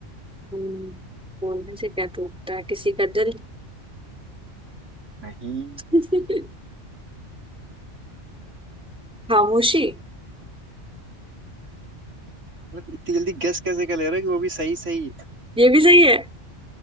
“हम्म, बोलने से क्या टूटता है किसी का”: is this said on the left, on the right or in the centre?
Centre